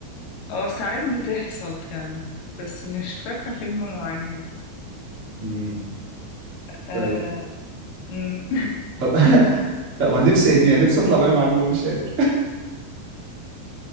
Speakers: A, on the left; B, on the right.
A: اه ساعات بتحصل فعلا بس مش فاكرة فيلم معين
B: امم
A: آه.
B: طيب
A: مم.
B: طب <laughs> طب انا نفسي يعني نفسي اطلع باي معلومه مش قادر